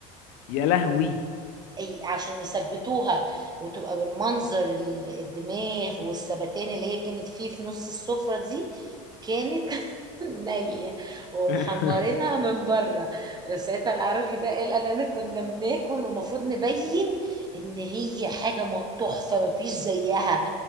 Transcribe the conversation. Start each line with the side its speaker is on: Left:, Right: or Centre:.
Left: يا لهوي
Right: أي- عشان يثبتوها وتبقى بالمنظر ال- الدماغ والثبتان اللي هي كانت فيه في نص السفرة دي كانت <laughs> نية ومحمرينها
Left: <laughs>
Right: من بره ساعتها العربي ده قال قال انا كنا بناكل ومفروض نبين ان هي حاجة م- تحفة مفيش زيها